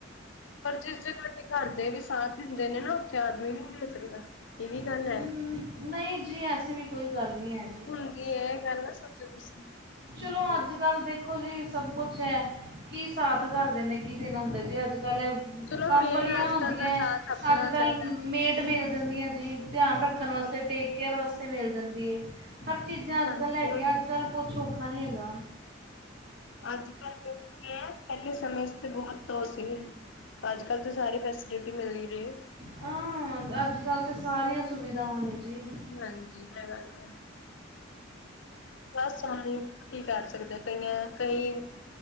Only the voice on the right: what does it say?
ਹਮ,
ਨਹੀਂ ਜੀ, ਐਸੀ ਵੀ ਕੋਈ ਗੱਲ ਨੀ ਹੈ ਜੀ।
ਚਲੋ, ਅੱਜ-ਕੱਲ੍ਹ
ਦੇਖ ਦੇਖੋ ਜੀ ਸਭ ਕੁਛ ਐ। ਕੀ ਸਾਥ ਘਰਦਿਆਂ ਨੇ, ਕੀ ਦੇਨਾਂ ਹੁੰਦਾ ਜੀ। ਅੱਜ-ਕੱਲ੍ਹ
ਕੰਮ
ਵਾਲੀਆਂ
ਆਉਂਦੀਐ।
ਅੱਜ-ਕੱਲ੍ਹ
ਮੇਡ ਮਿਲ ਜਾਂਦੀਆਂ ਜੀ। ਧਿਆਨ ਰੱਖਣ ਵਾਸਤੇ,
ਟੇਕ-ਕੇਅਰ ਵਾਸਤੇ ਮਿਲ ਜਾਂਦੀ ਏ। ਹਰ ਚੀਜ਼ਾਂ ਅੱਜ-ਕੱਲ੍ਹ
ਹੈਗੀਆਂ।
ਅੱਜ-ਕੱਲ੍ਹ ਕੁਛ ਔਖਾ ਨੀ ਹੈਗਾ।
ਹਾਂ, ਅੱਜ-ਕੱਲ ਤਾਂ ਸਾਰੀਆਂ ਸੁਵਿਧਾਵਾਂ ਨੇ ਜੀ।